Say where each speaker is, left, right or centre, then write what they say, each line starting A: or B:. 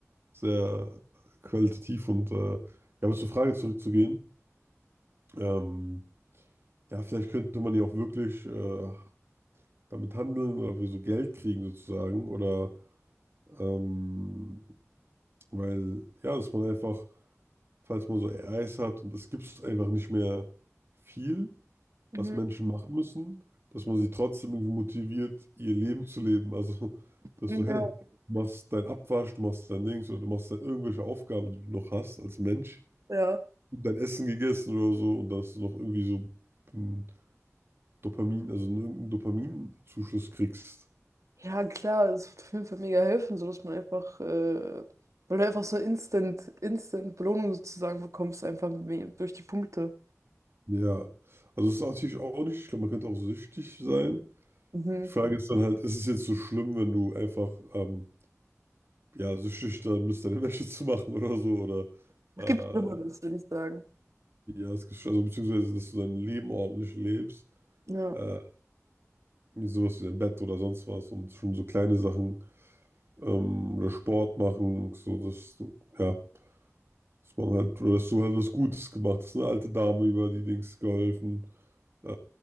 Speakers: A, on the right; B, on the right.
A: Sehr qualitativ und äh, ja, aber zur Frage zurückzugehen. Ähm, ja, vielleicht könnte man ja auch wirklich äh, damit handeln oder für so Geld kriegen sozusagen. Oder ähm, weil, ja, dass man einfach, falls man so AIs hat und es gibt einfach nicht mehr viel,
B: Mhm.
A: was Menschen machen müssen, dass man sie trotzdem irgendwie motiviert, ihr Leben zu leben. Also, dass
B: Ja,
A: du, hey, du machst dein Abwasch, du machst dein Dings oder du machst dann irgendwelche Aufgaben, die du noch hast als Mensch
B: ja.
A: und dein Essen gegessen oder so und dass du noch irgendwie so ein Dopamin, also einen- irgendeinen Dopaminzuschuss kriegst.
B: Ja, klar, es wird auf jeden Fall mega helfen, sodass man einfach, äh, weil du einfach so instant, instant Belohnung sozusagen bekommst, einfach me- durch die Punkte.
A: Ja, also es ist natürlich auch nicht schlimm, man könnte auch süchtig sein.
B: Mhm.
A: Die Frage ist dann halt, ist es jetzt so schlimm, wenn du einfach ähm, ja, süchtig dann bist, deine Wäsche zu machen oder so, oder äh,
B: Es gibt Schlimmeres, würde ich sagen.
A: ja, es gibt, also beziehungsweise, dass du dein Leben ordentlich lebst,
B: Ja.
A: äh, wie sowas wie dein Bett oder sonst was und schon so kleine Sachen ähm, oder Sport machen, so dass du, ja, dass man halt, oder dass du halt was Gutes gemacht hast, eine alte Dame über die Dings geholfen. äh,